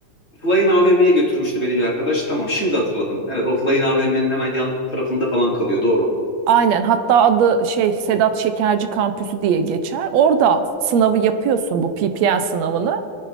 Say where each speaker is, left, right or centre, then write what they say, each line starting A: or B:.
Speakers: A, on the left; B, on the right.
A: Flying AVM'ye götürmüştü beni bir arkadaş. Tamam şimdi hatırladım. Evet o Flying AVM'nin hemen yan tarafında falan kalıyor. Doğru.
B: Aynen. Hatta adı şey Sedat Şekerci Kampüsü diye geçer. Orada sınavı yapıyorsun bu PPL sınavını.